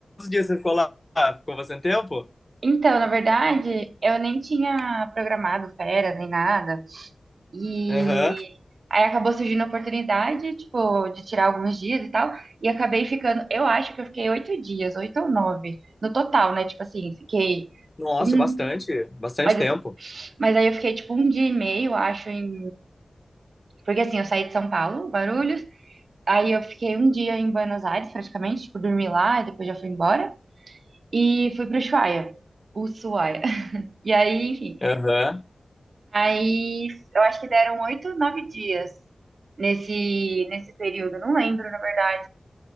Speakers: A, on the left; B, on the right.
A: dias você ficou lá? Ficou bastante tempo?
B: então, na verdade, eu nem tinha programado férias nem nada, e
A: Aham.
B: aí acabou surgindo a oportunidade, tipo, de tirar alguns dias e tal, e acabei ficando, eu acho que eu fiquei oito dias, oito ou nove, no total, né, tipo assim, fiquei...
A: Nossa,
B: um
A: bastante, bastante
B: Mas,
A: tempo.
B: eu- mas aí eu fiquei tipo um dia e meio, acho, em. Porque assim, eu saí de São Paulo, Guarulhos. Aí eu fiquei um dia em Buenos Aires, praticamente, tipo, dormi lá, e depois já fui embora. E fui pro Ushuaia, Ushuaia. <laughs> E aí, enfim.
A: Aham.
B: Aí eu acho que deram oito, nove dias nesse, nesse período, não lembro, na verdade.